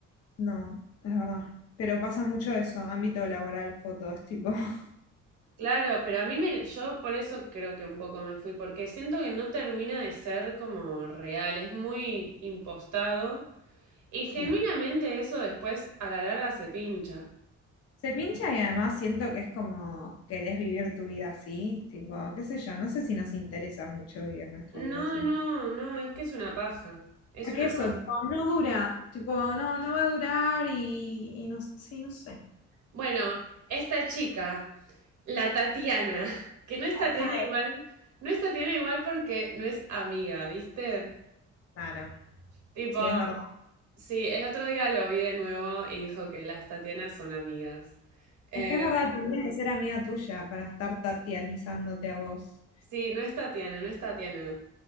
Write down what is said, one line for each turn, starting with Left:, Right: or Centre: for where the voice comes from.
Left: No, es verdad. Pero pasa mucho eso, ámbito laboral, fotos, tipo. <laughs>
Right: Claro, pero a mí me, yo por eso creo que un poco me fui, porque siento que no termina de ser como real, es muy impostado y
Left: Sí.
Right: genuinamente eso después a la larga se pincha.
Left: Se pincha y además siento que es como querés vivir tu vida así, tipo, qué sé yo, no sé si nos interesa mucho vivir nuestra
Right: No,
Left: vida así.
Right: no, no, es que es una paja, es
Left: Porque
Right: una
Left: eso,
Right: paja.
Left: tipo, no dura, tipo, no, no va a durar y, y no, sí, no sé.
Right: Bueno, esta chica, la Tatiana, <laughs> que no es Tatiana
Left: ¿Sabes?
Right: igual, no es Tatiana igual porque no es amiga, ¿viste?
Left: Claro,
Right: Tipo,
Left: sí, es verdad.
Right: sí, el otro día lo vi de nuevo y dijo que las Tatianas son amigas. Em,
Left: Es que es verdad, tendría que ser amiga tuya para estar tatianizándote a vos.
Right: Sí, no es Tatiana, no es Tatiana.